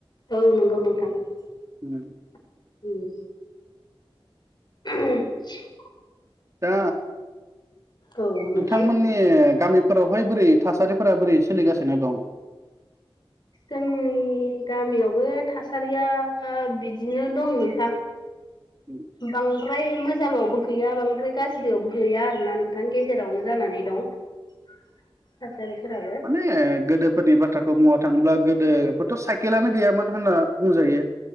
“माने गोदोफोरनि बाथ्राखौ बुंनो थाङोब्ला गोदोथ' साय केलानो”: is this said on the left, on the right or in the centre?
Right